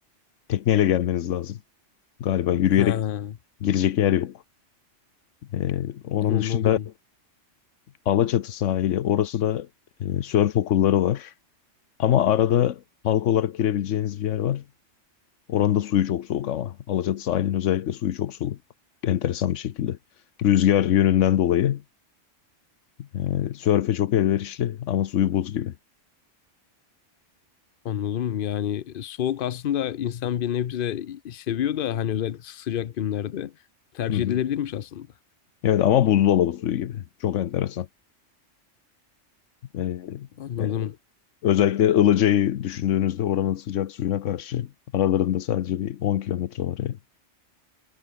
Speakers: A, on the left; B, on the left.
A: tekneyle gelmeniz lazım. Galiba yürüyerek
B: Ha,
A: girecek yer yok. Ee, onun
B: anladım.
A: dışında Alaçatı sahili. Orası da e, sörf okulları var. Ama arada halk olarak girebileceğiniz bir yer var. Oranın da suyu çok soğuk ama. Alaçatı sahilinin özellikle suyu çok soğuk. Enteresan bir şekilde. Rüzgar yönünden dolayı e, sörfe çok elverişli ama suyu buz gibi.
B: Anladım. Yani e, soğuk aslında insan bir nebze seviyor da hani özellikle sıcak günlerde tercih
A: Hı hı.
B: edilebilirmiş aslında.
A: Evet ama buzdolabı suyu gibi. Çok enteresan. E,
B: Anladım.
A: e, özellikle Ilıca'yı düşündüğünüzde oranın sıcak suyuna karşı aralarında sadece bir 10 kilometre var yani.